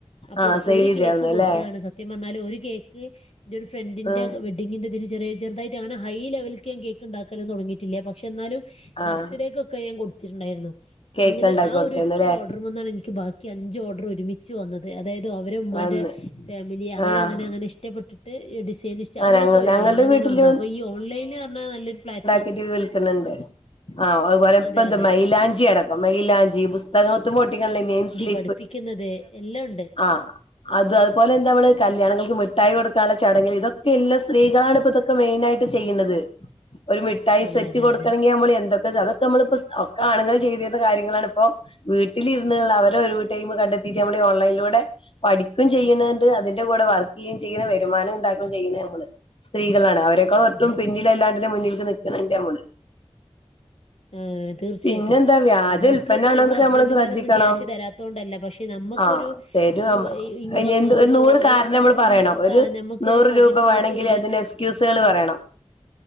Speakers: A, on the left (about 70°); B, on the left (about 60°).
A: അപ്പൊ
B: ആഹ് സെയിൽ
A: ഒരു
B: ചെയ്തായിരുന്നു
A: കേക്ക് കൊട്ത്തതാണ്.
B: അല്ലേ
A: സ ത്യം പർഞ്ഞാല് ഒര് കേക്ക് ഇന്റൊരു ഫ്രണ്ടിന്റെ
B: ആഹ്
A: വെ പിന്നെ ഇതൊരു ചെറീ ചെറുതായിട്ട് അങ്ങന ഹൈ ലെവല്ക്ക് ഞാ കേക്ക് ഇണ്ടാക്കല് തൊടങ്ങീട്ടില്ല പക്ഷെ ഇന്നാലും
B: ആഹ്
A: ബർത്ത്ഡേകൊക്ക ഞാൻ കൊട്ത്തിട്ട്ണ്ടാര്ന്നു
B: കേക്ക്
A: അങ്ങന
B: ഇണ്ടാക്കി
A: ആഹ്
B: കൊടുത്തന്നല്ലേ
A: ഒരൊറ്റ ഓഡ്ര് മ്മാണ് എനിക്ക് ബാ ക്കി അഞ്ച് ഓഡ്രും ഒരുമിച്ച് വന്നത് അതായത് അവരെ ഉമ്മാന്റെ
B: അന്ന്
A: ഫാമിലി അങ്ങനെ
B: ആഹ്
A: അങ്ങനെ അങ്ങനെ ഇഷ്ടപ്പെട്ട് ഡിസൈനിസ്റ്റ്
B: ആ
A: അങ്ങനൊക്ക
B: ഞങ്ങ
A: വരോല്ലൊ
B: ഞങ്ങളുടെ
A: അങ്ങനേണ്
B: വീട്ടില്
A: വന്നത് അപ്പൊ ഈ ഓൺലൈൻല് അർഞ്ഞ നല്ലൊരു ഫ്ലാറ്റ്
B: കിടി വിൾക്ക്ണ് ണ്ട്. ആഹ് അത് പോലെ ഇപ്പെന്ത്
A: അതെ അതെ
B: മൈയിലാഞ്ചി അടക്കം മൈയിലാഞ്ചി പുസ്തകത്ത്മ്മെ ഒട്ടിക്ക്ണ നെയിംസ്ലി
A: പഠിപ്പിക്ക്ന്നത് എല്ലാണ്ട്.
B: ആഹ് അത് അതുപോലെ എന്തമ്മള് കല്യാണങ്ങൾക്ക് മിട്ടായി കൊട് കള ചടങ്ങിൽ ഇതൊക്കെ എല്ല സ്ത്രീകളാണ് ഇപ്പ ഇതൊക്ക മെയിനായിട്ട് ചെയ്യ്ണത്. ഒരു മിഠായി
A: അതെ
B: സെറ്റ്
A: അതെ
B: കൊട്ക്കണെങ്കി
A: അതെ
B: നമ്മള് എന്തൊ അതൊക്കെ നമ്മളിപ്പൊ ഒക്ക ആണ്ങ്ങള് ചെയ്തിര്ന്ന കാര്യങ്ങളാണ് ഇപ്പൊ വീട്ടിലിരുന്ന്ള്ള അവരെ ഒരു ടൈമ് കണ്ടെത്തീട്ട് നമ്മള് ഓൺലൈൻലൂടെ പഠിക്കും ചെയ്യ്ണ്ണ്ട് അതിന്റെ കൂടെ വർക്കിയ്യും ചെയ്യ്ണ രുമാനം ഉണ്ടാക്കു ചെയ്യ്ണ ഞമ്മള് സ്ത്രീകളാണ് അവരെക്കാൾ ഒട്ടും
A: അതെ
B: പിന്നി എല്ലാണ്ടിനും മുന്നിൽക്ക് നിക്ക്ണ് ണ്ട് നമ്മള്
A: ഏഹ് തീർച്ചയായിട്ടും
B: പിന്നെന്താ വ്യാജ
A: നമ്മക്ക്
B: ഉൽപ്പന്നാണോന്നൊക്കെ
A: ഇപ്പ നമ്മളെ ഹസ്ബന്റ്മാരൊന്നും
B: നമ്മള് ശ്രദ്ധിക്കണം
A: ക്യാഷ് തരാത്തോണ്ടല്ല പക്ഷെ നമ്മക്കൊരു
B: ആഹ് തരും
A: ഒരൂ
B: നമ്മ
A: ഇൻകം
B: അയിന് എന്ത് ഒരു
A: ഒരൂ
B: നൂറ് കാരണം
A: ഏഹ് ഇപ
B: നമ്മള്
A: ഒര്
B: പറയണം ഒരു
A: ആഹ് നമ്മക്ക്
B: നൂറ്
A: ക്കൊരു പോക്കറ്റ്
B: രൂപ
A: മണിക്ക്
B: വേണെങ്കിൽ
A: വേണ്ടീറ്റും.
B: അതിന് എക്സ്ക്യൂസുകൾ പറയണം